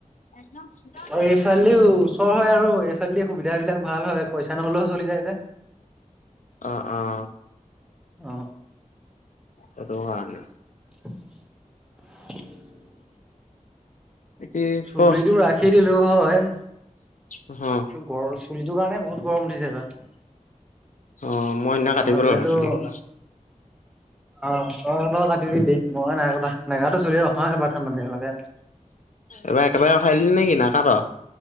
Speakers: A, on the left; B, in the centre.
A: একদম চুদৰ।
B: অ' এইফালেদি ওচৰ হয় আৰু এইফালেদি সুবিধা বিলাক ভাল হয় পইচা নহ'লেও চলি যায় যে
A: অ অ।
B: অ।
A: সেইটো কাৰণে।
B: <unintelligible>
A: বাকী
B: চুলিতটো
A: ক'।
B: ৰাখি দিলো হয়।
A: অ'
B: ত গৰ চুলিটোৰ কাৰণে বহুত গৰম উঠিছে এইবাৰ।
A: অঁ মই সেইদিনা
B: নহ'লেতো
A: কাটিব লো আৰু চুলি কৰপা।
B: অ তই তই কাটি দিবি মই নাই কথা নেকাটো চুলি ৰখাত এইবাৰ ধান মানু লকে।
A: এইবাৰ একেবাৰে ৰখাই দিলি নেকি নাকাট।